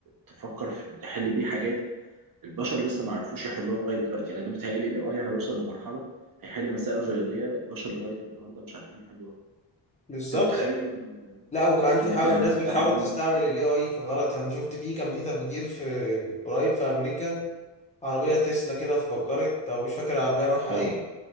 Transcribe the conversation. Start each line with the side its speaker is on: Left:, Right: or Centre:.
Right: تفكر في تحل بيه حاجات البشر لسه ما عرفوش يحلوها لغاية دلوقتي يعني انا بيتهيألي ال AI هيوصل لمرحلة هيحل مسائل رياضية البشر لغاية النهاردة مش عارفين يحلوها
Left: بالظبط
Right: انت متخيل
Left: لا وكمان
Right: كمية
Left: في حاول
Right: العلم
Left: ناس
Right: المفتوحة
Left: بتحاول
Right: قدامك
Left: تستعمل ال AI في غلط يعني شفت فيه كان في تفجير في قريب في أمريكا عربية تسلا كده اتفجرت أو مش فاكر العربية نوعها
Right: اه
Left: إيه